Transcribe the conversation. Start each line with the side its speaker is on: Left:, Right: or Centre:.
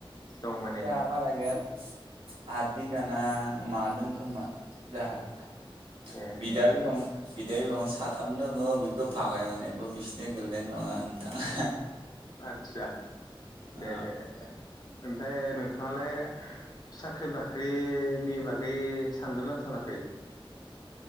Left: दं माने
Right: जा बारा गैयालै आद बिगाना मा दों खोमा जोंहा
Left: ए
Right: बिदा बिफं बिदै दं साथाम दङ बेखौ फागायनानैबो बिसिनि गोलैनाय नङा नोंथां
Left: आदसा
Right: अ
Left: दे दे दे दे ओमफ्राय नोंथाङालाय साख्रि बाख्रिनि बागै सानदों ना सानाखै?